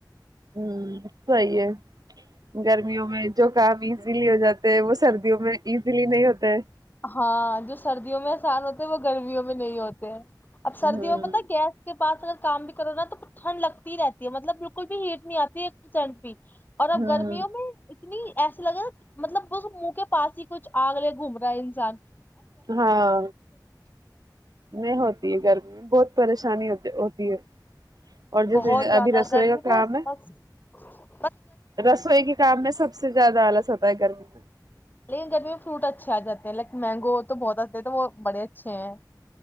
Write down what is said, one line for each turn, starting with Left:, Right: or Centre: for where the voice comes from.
Right: ہ صیح ہے گرمیوں میں جو کام ایزیلی ہو جاتے ہے وہ سردیوں میں ایزیلی نہیں ہوتا ہے
Left: ہاں جو سردیوں میں آسان ہوتے ہے وہ گرمیوں میں نہیں ہوتے
Right: ہوں
Left: اب سردیوں میں پتا گیس کے پاس کام بھی کرو نا تو ٹھنڈ لگتی ہی رہتی ہے مطلب بالکل بھی ہیٹ نہیں آتی ہے ایک پرسینٹ بھی اور اب
Right: ہوں
Left: گرمیوں میں اتنی ایسے لگےا مطلب وہ منہ کے پاس ہی کچھ آگ لے گھوم رہا ہے جان
Right: ہاں نہیں ہوتی ہے گرمی بہت پریشانی ہوتی ہوتی ہے اور جیسے
Left: بہت زیادہ
Right: ابھی رسوئی
Left: گرمی
Right: کا
Left: تو
Right: کام ہے
Left: بس ا <unintelligible>
Right: رسوئی کے کام میں سب سے زیادہ آلس ہوتا ہے گرمی میں
Left: لیکن گرمی میں فروٹ اچھے آ جاتے ہیں لائک مینگو تو بہت آتے ہیں تو وہ بڑے اچھے ہیں